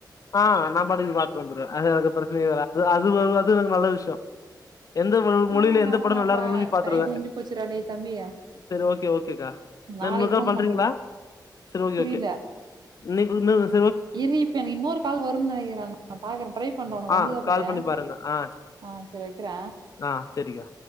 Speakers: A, on the left; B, on the right.
A: ஆ நா பாட்டுக் பாத்துட் வந்துருவே அது அது பிரச்சனயே இல்ல அது அது வோ வோ அது எனக்கு நல்ல விஷ்யோ எந்த
B: ஆமாண்டா
A: மொழியில எந்த படம்
B: ஆமாப்பா
A: நல்லா இருந்தாலு பாத்துருவ
B: டைம் முடிஞ்சு போச்சுடா டேய் தம்பி
A: சரி ஓகே ஓகேக்கா
B: நாளைக்கு
A: ந முக்கா
B: ஃபோன்
A: பண்றீங்களா
B: பண்றேன்டா
A: சரி ஓகே
B: புரியல
A: ஓகே இன்னக்கி ஒன்
B: இரு இப்ப எனக்கு இன்னொரு கால் வரும்னு நினைக்கிறன் நா பார்கறே ட்ரை பண்றே உனக்கு
A: ஆ
B: வந்துதா பாறே
A: கால் பண்ணி பாருங்க ஆ
B: ஆ சரி வைக்கிற
A: ஆ சரிக்கா